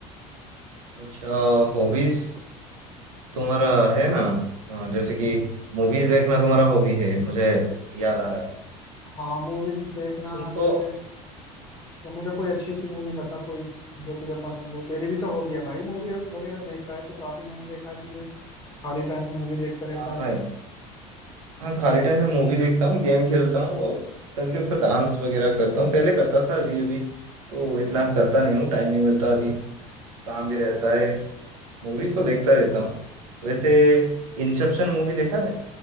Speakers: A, on the right (about 80°); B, on the left (about 20°).
A: अच्छा हॉबीज तुम्हारा है ना अ, जैसे कि मूवीज देखना तुम्हारा हॉबी है मुझे याद आ रहा है
B: हाँ मूवी देखना
A: तुमको
B: या फिर तो मुझे कोई अच्छी सी मूवी बता कोई जो तुझे पसंद हो तेरी भी तो हॉबी है भाई मूवी वगैरह देखता है तू काफी मैंने देखा है तुझे खाली टाइम में मूवी देखता रहता
A: हाँ भाई
B: है
A: हाँ खाली टाइम में मूवी देखता हूँ गेम खेलता हूँ और कभी कभी तो डांस वगैरह करता हूँ पहले करता था अभी अभी तो इतना करता नहीं हूँ टाइम नहीं मिलता अभी काम भी रहता है मूवीज तो देखता रहता हूँ वैसे इंसेप्शन मूवी देखा है